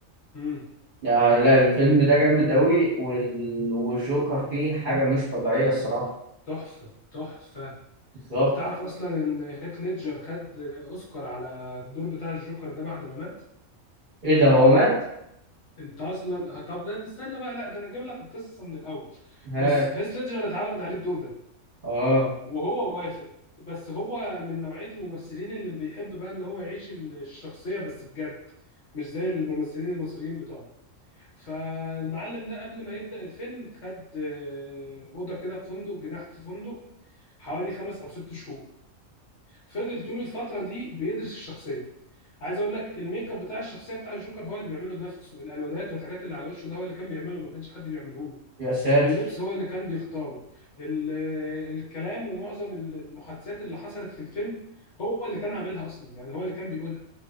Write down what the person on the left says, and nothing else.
امم
تحفه تحفه
تعرف اصلا ان هيث ليدجر خد اوسكار على الدور بتاع الجوكر ده بعد ما مات
انت اصلا آه، طب ده استنى بقى لا ده انا اجيب لك القصه من الاول
بص هيث ليدجر اتعرض عليه الدور ده
وهو وافق بس هو من نوعيه الممثلين اللي بيحب بقى ان هو يعيش الشخصيه بس بجد مش زي الممثلين المصريين بتوعنا فالمعلم ده قبل ما يبدأ الفيلم خد آه، أوضة كده في فندق جناح في فندق حوالي خمس أو ست شهور فضل طول الفترة دي بيدرس الشخصية عايز أقول لك الميك اب بتاع الشخصية بتاع الجوكر هو اللي بيعمله لنفسه الألوانات والحاجات اللي على وشه ده هو اللي كان بيعمله ما كانش حد بيعمله له
اللبس هو اللي كان بيختاره ال- آه، الكلام ومعظم المحادثات اللي حصلت في الفيلم هو اللي كان عاملها أصلا يعني هو اللي كان بيقولها